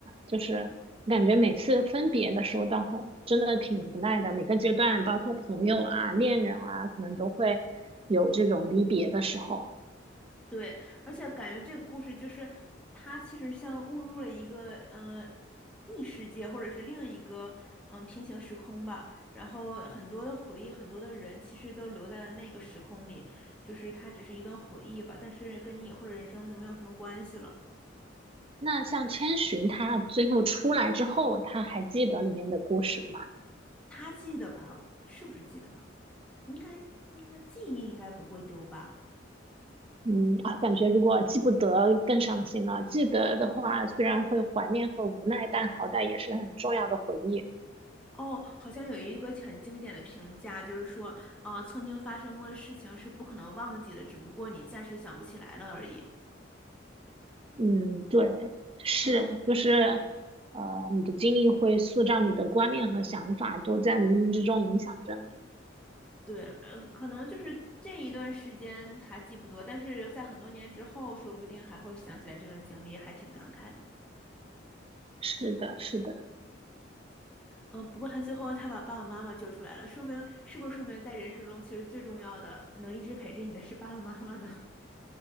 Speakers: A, on the right; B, in the centre.
A: 就是感觉每次分别的时候倒还真的挺无奈的，每个阶段，包括朋友啊、恋人啊，可能都会有这种离别的时候。
B: 对，而且感觉这个故事就是它其实像误入了一个嗯、呃异世界或者是另一个嗯、呃平行时空吧，然后很多的回忆，很多的人其实都留在了那个时空里，就是它只是一段回忆吧，但是跟你以后的人生就没有什么关系了。
A: 那像千寻，他最后出来之后，他还记得里面的故事吗？
B: 他记得吧？是不是记得？应该应该记忆应该不会丢吧？
A: 嗯啊，感觉如果记不得更伤心了。记得的话，虽然会怀念和无奈，但好歹也是很重要的回忆。
B: 哦，好像有一个很经典的评价，就是说，呃，曾经发生过的事情是不可能忘记的，只不过你暂时想不起来了而已。
A: 嗯，对，是，
B: 可能
A: 就是，呃，你的经历会塑造你的观念和想法，都在冥冥之中影响着你。
B: 对，呃，可能就是这一段时间他记不得，但是在很多年之后，说不定还会想起来这段经历，还挺感慨的。嗯
A: 是的，是的。
B: 嗯，呃不过他最后他把爸爸妈妈救出来了，说明是不是说明在人生中其实最重要的能一直陪着你的是爸爸妈妈呢？